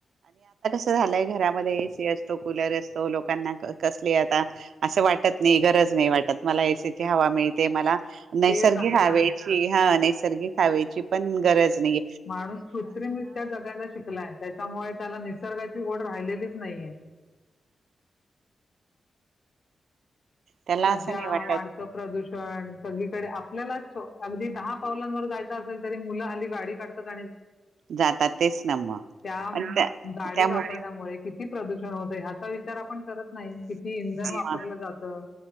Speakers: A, on the right (about 85°); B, on the left (about 40°).
A: अस झालंय घरामध्ये एसी असतो कुलर असतो लोकांना कसली आता असं वाटत नाही गरज नाही वाटत मला एसीची हवा मिळते मला नैसर्गिक
B: तेच आहे
A: हवेची
B: ना.
A: हा नैसर्गिक खवायची पण गरज नाही.
B: माणूस कृत्रिमित्या जगायला शिकलाय त्याच्यामुळे त्याला निसर्गा ड राहिली नाही.
A: त्याला
B: सध्या
A: असं नाही वाटत.
B: वाढतं प्रदूषण सगळीकडे आपल्यालाच अगदी दहा पावलांवर जायचं असेल तरी मुलं हली गाडी काढत.
A: जातात तेच ना मग
B: त्या
A: पण
B: गाडी
A: त्या मो
B: वापरण्यामुळे किती प्रदूषण होय हा विचार आपण. करत नाही किती इंधन वापरलं
A: मग
B: जातं.